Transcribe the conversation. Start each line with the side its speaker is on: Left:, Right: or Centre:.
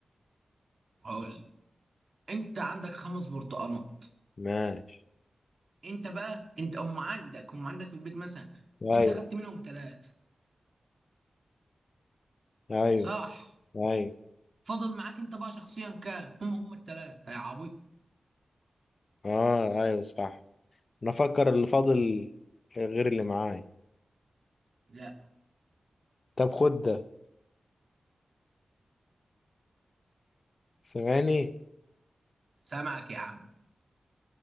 Right: هقول انت عندك خمس برتقانات
Left: ماشي
Right: انت بقى انت هم عندك هم عندك في البيت مثلا
Left: ايوه
Right: انت خدت منهم ثلاثة
Left: ايوه
Right: صح
Left: ايوه
Right: فاضل معاك انت بقى شخصيا كام هم هم الثلاثة يا عبيط
Left: اه ايوه صح انا افكر اللي فاضل غير اللي معايا
Right: لا
Left: طب خد ده سمعني
Right: سامعك يا عم